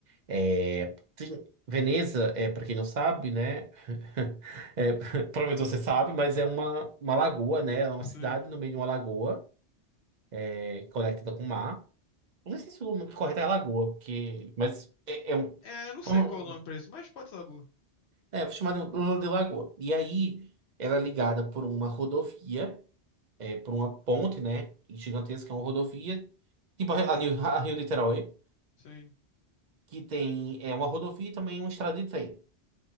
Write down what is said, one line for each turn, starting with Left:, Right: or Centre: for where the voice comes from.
Right: É, tem- Veneza, é, para quem não sabe, né? <laughs> é, provavelmente você sabe, mas é uma, uma lagoa, né? É uma cidade
Left: Sim.
Right: no meio de uma lagoa, é, conectada com o mar. Não sei se o nome correto é Lagoa, porque. Mas é, é um.
Left: É, não
Right: foi
Left: sei
Right: uma-
Left: qual é o nome pra isso, mas pode ser Lagoa.
Right: É, vou chamar de de Lagoa. E aí, ela é ligada por uma rodovia, é, por uma ponte, né? Gigantesca, é uma rodovia. Tipo a Rio, a Rio Niterói,
Left: Sim.
Right: que tem é, uma rodovia e também uma estrada de trem